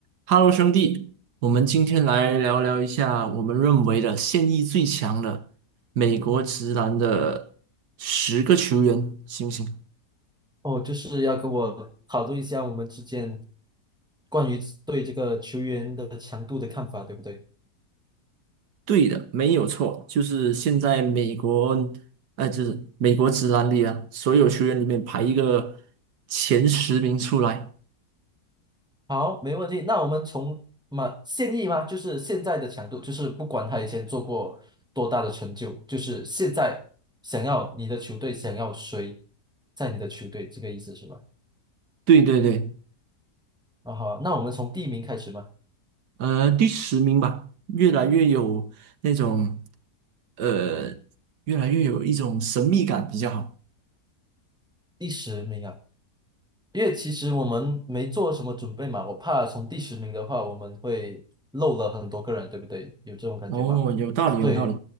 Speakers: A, on the right; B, in the centre.
A: 哈喽，兄弟，我们今天来聊聊一下我们认为的现役最强的美国直男的十个球员，行不行？
B: 哦，就是要跟我讨论一下我们之间关于对这个球员的强度的看法，对不对？
A: 对的，没有错，就是现在美国，呃，就是美国直男里啊，所有球员里面排一个前十名出来。
B: 好，没问题。那我们从嘛现役吗？就是现在的强度，就是不管他以前做过多大的成就，就是现在想要你的球队想要谁在你的球队，这个意思是吧？
A: 对对对，
B: 啊好，那我们从第一名开始吧，
A: 呃，第十名吧，越来越有那种，呃，越来越有一种神秘感比较好。
B: 第十名啊。因为其实我们没做什么准备嘛，我怕从第十名的话，我们会漏了很多个人，对不对？有这种感觉吧？
A: 哦，有道理，
B: 所以
A: 有道理。